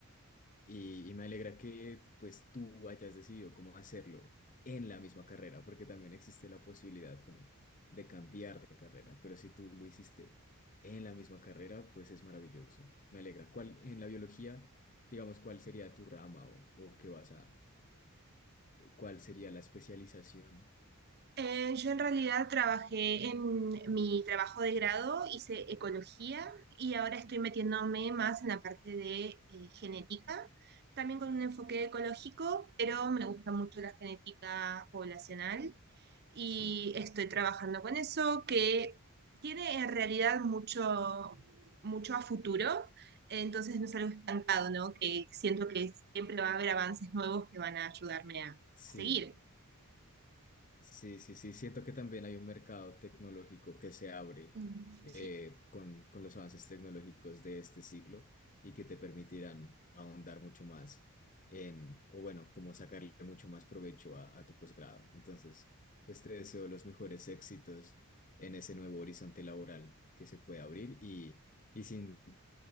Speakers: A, on the left; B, on the right.
A: y, y me alegra que pues tú hayas decidido cómo hacerlo en la misma carrera, porque también existe la posibilidad como de cambiar de carrera, pero si tú lo hiciste en la misma carrera, pues es maravilloso. Me alegra. ¿Cuál en la biología, digamos, cuál sería tu rama o, o qué vas a, cuál sería la especialización?
B: Eh, yo en realidad trabajé en mi trabajo de grado, hice ecología y ahora estoy metiéndome más en la parte de eh, genética, también con un enfoque ecológico, pero me gusta mucho la genética poblacional y
A: Sí,
B: estoy trabajando con eso que tiene en realidad mucho, mucho a futuro, entonces no es algo estancado, ¿no? Que siento que siempre va a haber avances nuevos que van a ayudarme a,
A: sí.
B: a seguir.
A: Sí, sí, sí, siento que también hay un mercado tecnológico que se abre
B: Mm,
A: eh,
B: Sí.
A: con, con los avances tecnológicos de este siglo y que te permitirán ahondar mucho más en, o bueno, como sacarle mucho más provecho a, a tu posgrado. Entonces, pues te deseo los mejores éxitos en ese nuevo horizonte laboral que se puede abrir y, y sin